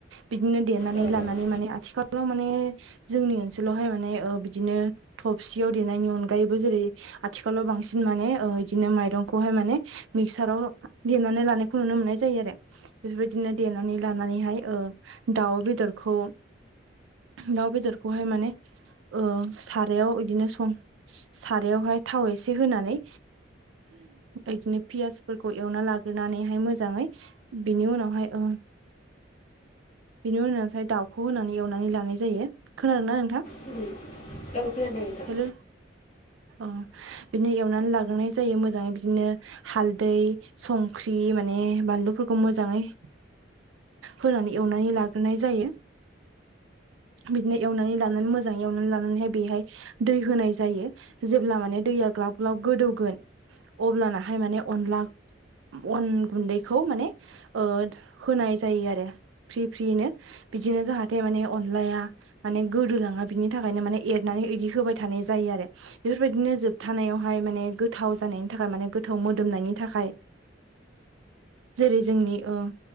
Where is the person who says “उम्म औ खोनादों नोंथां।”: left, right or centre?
Left